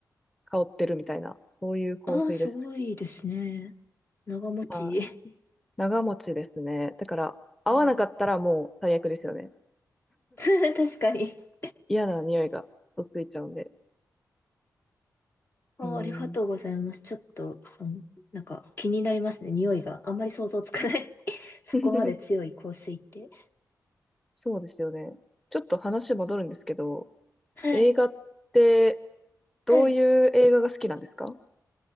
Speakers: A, in the centre; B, on the left (about 30°).
A: 香ってるみたいな、そういう香水ですね。
B: ああ、すごいですね。長持ち。
A: はい。長持ちですね。だから、合わなかったらもう最悪ですよね。
B: <laughs> うん、<laughs> 確かに <laughs>
A: 嫌な匂いがとっついちゃうんで。
B: ああありがとうございます。
A: うーん。
B: ちょっと、うん、なんか気になりますね。匂いが。あんまり想像つかない <laughs> そこまで強い香水って。
A: <laughs> そうですよね。ちょっと話戻るんですけど、
B: はい。
A: 映画ってどういう映画が好きなんですか
B: はい。